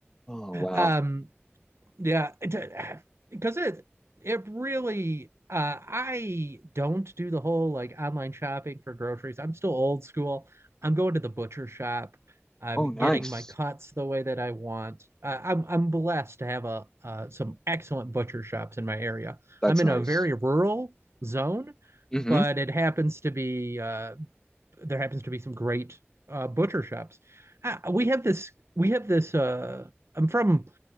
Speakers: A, on the left; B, on the right.
A: Oh wow.
B: um, Yeah, it, because <sighs> it it really uh I don't do the whole like online shopping for groceries. I'm still old school. I'm going to the butcher shop. I'm
A: Oh, nice.
B: getting my cuts the way that I want. Uh, I'm I'm blessed to have a uh, some excellent butcher shops in my area.
A: That's
B: I'm in
A: nice.
B: a very rural zone,
A: Mm-hmm.
B: but it happens to be uh, there happens to be some great uh, butcher shops. Uh, we have this we have this uh, I'm from